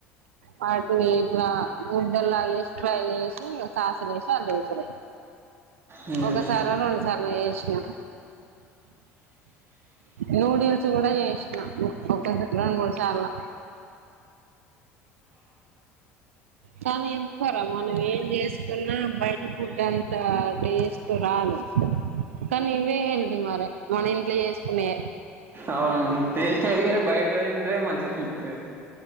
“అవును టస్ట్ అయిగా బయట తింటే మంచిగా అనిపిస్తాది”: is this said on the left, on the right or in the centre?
Right